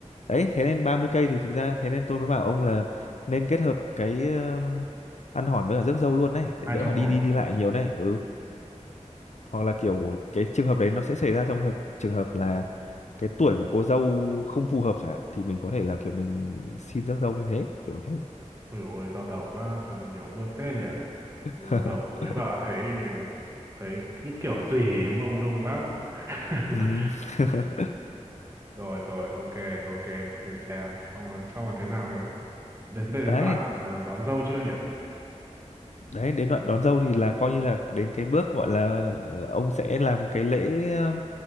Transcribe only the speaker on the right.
hai
trong
một
hai trong
một
ừ.
ôi dồi ôi đau đầu quá sao nhiều bước thế nhỉ
lần đầu cưới vợ thấy thấy cứ kiểu gì ấy, mông lung lắm <laughs>
rồi rồi ok ok thuê xe xong rồi xong rồi thế nào nữa đến đến đến
đoạn à, đón dâu chưa nhỉ